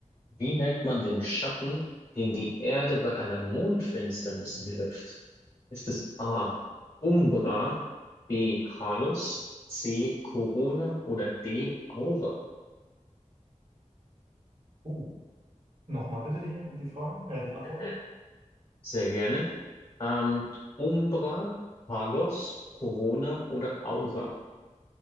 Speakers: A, on the left; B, on the right.
A: Wie nennt man den Schatten, den die Erde bei einer Mondfinsternis wirft? Ist es A. Umbra, B. Halus, C. Corona oder D. Aura?
B: Uh, nochmal bitte die, die Fragen, äh, die Antworten.
A: Mhm. Sehr gerne. Ähm, Umbra, Halos, Corona oder Aura?